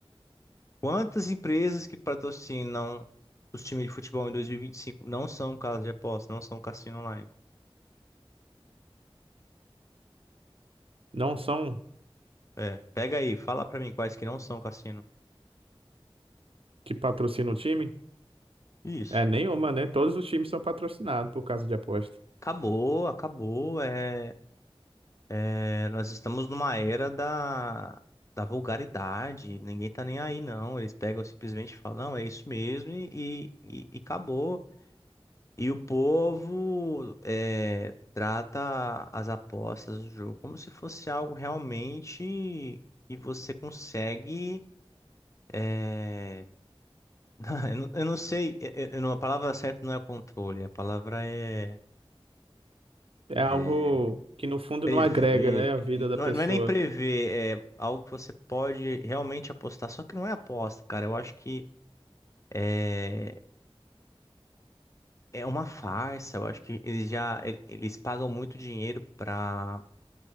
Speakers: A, on the left (about 30°); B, on the right (about 70°).
A: Quantas empresas que patrocinam os times de futebol em 2025 não são casas de aposta, não são cassino online?
B: Não são
A: É, pega aí, fala pra mim quais que não são cassino.
B: que patrocinam o time?
A: Isso.
B: É nenhuma, né? Todos os times são patrocinados por causa de aposta.
A: Acabou, acabou. É, é, nós estamos numa era da, da vulgaridade. Ninguém tá nem aí, não. Eles pegam simplesmente e falam, não, é isso mesmo e, e, e acabou. E o povo é, trata as apostas do jogo como se fosse algo realmente que você consegue. é, <laughs> Eu não eu não sei, eu- eu eu não- a palavra certa não é controle, a palavra é,
B: É algo
A: é
B: que no fundo
A: prever.
B: não agrega, né, a vida
A: N-
B: da
A: Não,
B: pessoa.
A: é não é nem prever, é algo que você pode realmente apostar, só que não é aposta, cara. Eu acho que é, é uma farsa, eu acho que eles já eles pagam muito dinheiro para